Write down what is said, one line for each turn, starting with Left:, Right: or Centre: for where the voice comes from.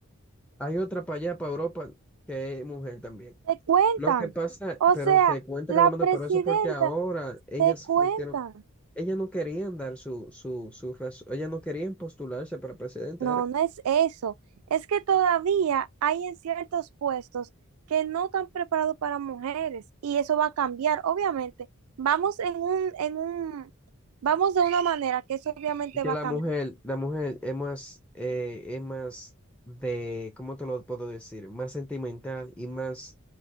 Centre: Hay otra para allá, para Europa, que es mujer también.
Right: Te cuentan.
Centre: Lo que pasa,
Right: O
Centre: pero
Right: sea,
Centre: se cuenta
Right: la
Centre: con la mano
Right: presidenta
Centre: pero eso es porque ahora ellas
Right: te cuentan.
Centre: funcionan, ellas no querían dar su, su, su raz- ellas no querían postularse para presidente,
Right: No,
Centre: era.
Right: no es eso. Es que todavía hay en ciertos puestos que no están preparados para mujeres y eso va a cambiar, obviamente. Vamos en un, en un, vamos de una manera que eso obviamente
Centre: Y que
Right: va
Centre: la
Right: a cambiar.
Centre: mujer, la mujer es más, eh, es más de, ¿cómo te lo puedo decir? Más sentimental y más